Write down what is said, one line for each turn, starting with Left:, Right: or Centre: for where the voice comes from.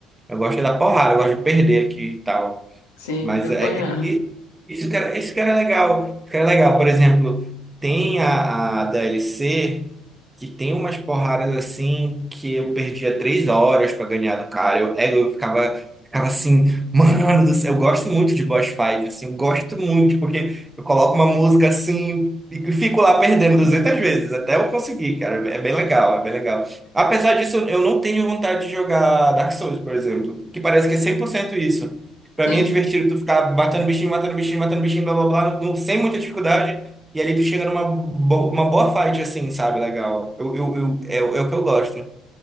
Right: eu gosto é da porrada, eu gosto de perder aqui e tal.
Left: sim,
Right: Mas
Left: de apanhar.
Right: é, e- e- isso que era, isso que era legal. Isso que era legal. Por exemplo, tem a, a DLC que tem umas porradas assim que eu perdia três horas pra ganhar do cara. Eu, é, eu ficava, ficava assim, mano do céu, eu gosto muito de boss fight, assim, eu gosto muito, porque eu coloco uma música assim e fico lá perdendo 200 vezes, até eu conseguir, cara. É bem legal, é bem legal. Apesar disso, eu não tenho vontade de jogar Dark Souls, por exemplo, que parece que é 100% isso. Pra
Left: Sim,
Right: mim é divertido tu ficar matando bichinho, matando bichinho, matando bichinho, blá blá blá, não- sem muita dificuldade. E ali tu chega numa bo- uma boa fight, assim, sabe? Legal. Eu, eu, eu- é, o é o que eu gosto.